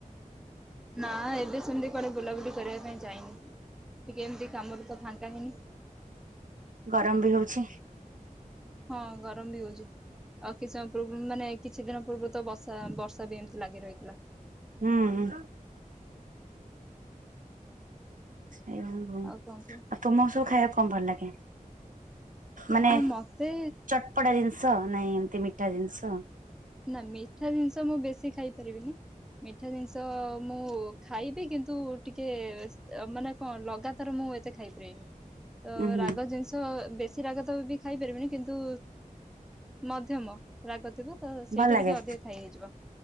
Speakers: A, in the centre; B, on the right.
A: ନା ଏବେ ସେମିତି କୁଆଡେ ବୁଲାବୁଲି କରିବା ପାଇଁ ଯାଇନି। ଟିକେ ଏମିତି କାମରେ ତ ଫାଙ୍କା ହେଇନି।
B: ଗରମ୍ ବି ହଉଚି।
A: ହଁ ଗରମ୍ ବି ହଉଚି ଆଉ କିଛି ସମୟ ପୂର୍- ମାନେ କିଛି ଦିନ ପୂର୍ବରୁ ତ ବଷ୍ ତ ବର୍ଷା ବି ଏମିତି ଲାଗି ରହିଥିଲା।
B: ହୁଁ- ହୁଁ। ସେଇ ଆଉ
A: କଣ କୁହ
B: ତୁମକୁ ସବୁ ଖାଇବାକୁ କଣ ଭଲ ଲାଗେ? ମାନେ
A: ହଁ ମତେ
B: ଚଟପଟା ଜିନିଷ ନାଇଁ ଏମିତି ମିଠା ଜିନିଷ।
A: ନା ମିଠା ଜିନିଷ ମୁଁ ବେଶୀ ଖାଇ ପାରିବିନି। ମିଠା ଜିନିଷ ମୁଁ ଖାଇବି କିନ୍ତୁ ଟିକେ ମାନେ କଣ ଲଗାତାର ମୁଁ ଏତେ ଖାଇପାରିବିନି ତ
B: ଉୁଁ ହୁଁ
A: ରାଗ ଜି ସ ବେଶୀ ରାଗତ ବି ଖାଇପାରିବିନି କିନ୍ତୁ ମଧ୍ୟମ ରା ତ ସେଇଟା
B: ଭଲ ଲାଗେ
A: ଟିକେ ଅଧିକ ଖାଇ ହେଇଯିବ